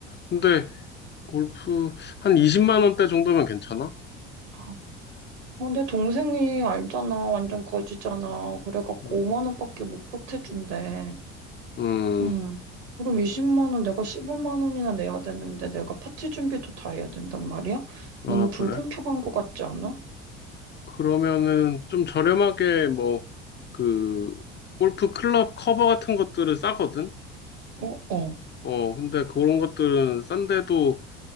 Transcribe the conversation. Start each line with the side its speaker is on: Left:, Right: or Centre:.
Left: 근데 골프 한 20만 원대 정도면 괜찮아?
Right: 아, 어, 내 동생이 알잖아. 완전 거지잖아. 그래갖고
Left: 응,
Right: 5만 원밖에 못 보태준대.
Left: 음,
Right: 응. 그럼 20만 원 내가 15만 원이나 내야 되는데 내가 파티 준비도 다 해야 된단 말이야?
Left: 아,
Right: 너무 불공평한
Left: 그래.
Right: 것 같지 않아?
Left: 그러면은 좀 저렴하게 뭐 그 골프 클럽 커버 같은 것들은 싸거든?
Right: 어, 어.
Left: 어, 근데 그런 것들은 싼데도